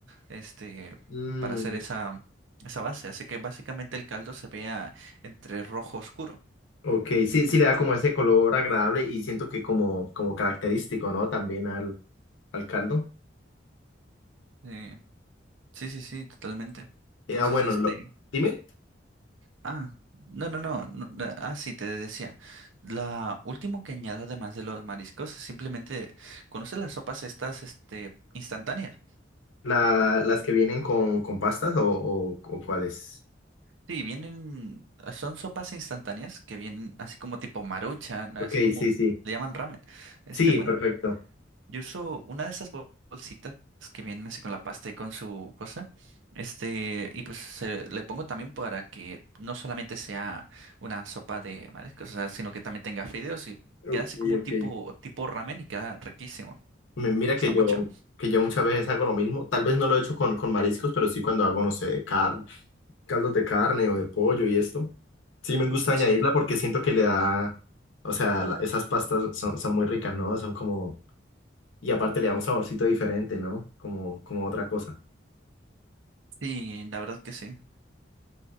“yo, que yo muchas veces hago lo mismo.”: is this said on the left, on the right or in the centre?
Left